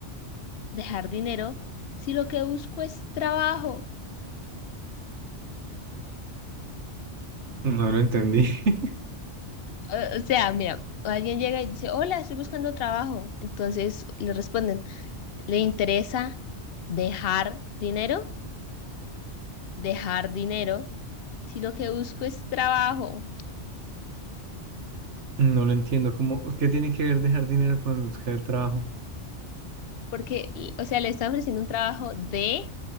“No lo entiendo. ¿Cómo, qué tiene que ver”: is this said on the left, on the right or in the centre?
Right